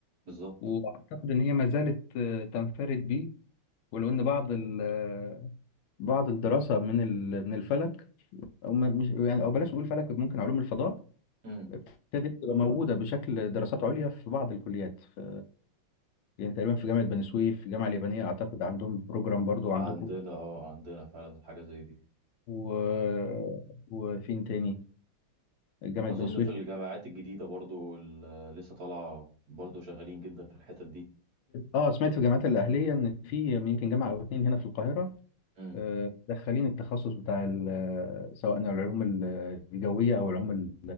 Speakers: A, on the right (about 60°); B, on the left (about 75°).
A: بالظبط
B: وأعتقد إن هي ما زالت آه، تنفرد بيه ولو إن بعض ال- آه، بعض الدراسة من ال- من الفلك أو ما- مش يعني أو بلاش نقول فلك ممكن علوم الفضاء
A: امم
B: ابتدت تبقى موجودة بشكل دراسات عليا في بعض الكليات في يعني تقريبا في جامعة بني سويف في الجامعة اليابانية أعتقد عندهم بروجرام برضو عندكم
A: عندنا اه عندنا فعلا حاجة زي دي
B: و... وفين تاني جامعة
A: اظن
B: بني سويف
A: في الجامعات الجديدة برضو اللي لسه طالعة برضو شغالين جدا في الحتت دي
B: اه سمعت في الجامعات الأهلية إن في يمكن جامعة أو اتنين هنا في القاهرة
A: امم
B: آه، دخلين التخصص بتاع ال- سواء العلوم ال- الجوية أو العلوم ال-